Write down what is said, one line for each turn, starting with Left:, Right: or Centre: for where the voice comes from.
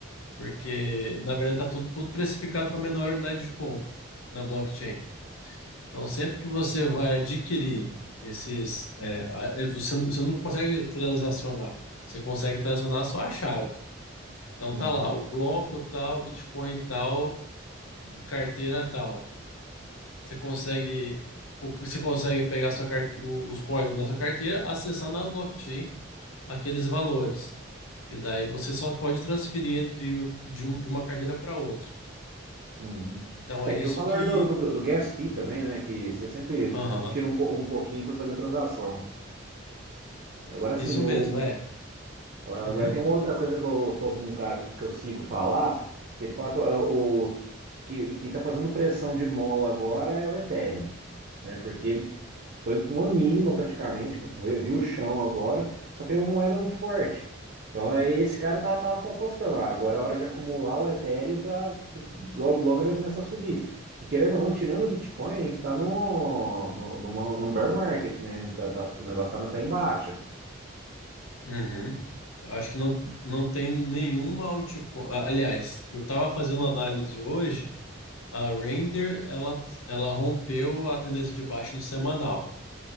Left: porque, na verdade, tá tudo, tudo precificado com a menor unidade de conta na blockchain. Então, sempre que você vai adquirir esses, é, a- é, você, não- você não consegue transacionar, você consegue transacionar só a chave. Então,
Right: uhum,
Left: tá lá, o bloco tal, Bitcoin tal, carteira tal. Você consegue, o que você consegue pegar a sua carte, o- os códigos da sua carteira, acessar na blockchain aqueles valores. E daí você só pode transferir entre, o- de, um- de uma carteira para outra.
Right: uhum.
Left: Então,
Right: É,
Left: é
Right: tem
Left: isso
Right: o valor
Left: que.
Right: do, do, do gas fee também, né? Que você sempre
Left: Aham,
Right: tira um, po- um pouquinho por fazer transação. Agora sim,
Left: isso
Right: o,
Left: mesmo, é.
Right: Agora
Left: Uhum,
Right: agora tem uma outra coisa que eu tô ouvindo um cara que eu, que eu sigo falar. Ele fala que o, o- que, quem tá fazendo pressão de mola agora é o Ethereum, né? Porque ele foi para uma mínima praticamente, viu viu o chão agora, só que ele é uma moeda muito forte. Então aí esse cara tava, tava apostando, ah, agora é hora de acumular o Ethereum para logo logo ele vai começar a subir. E querendo ou não, tirando o Bitcoin, a gente está no, no, numa- num bear market, né? Tá, tá- o negócio tá, tá em baixa.
Left: uhum. Acho que não, não tem nenhuma altcoin. Ah, Aliás, eu estava fazendo análise hoje, a Render ela, ela rompeu a tendência de baixa no semanal.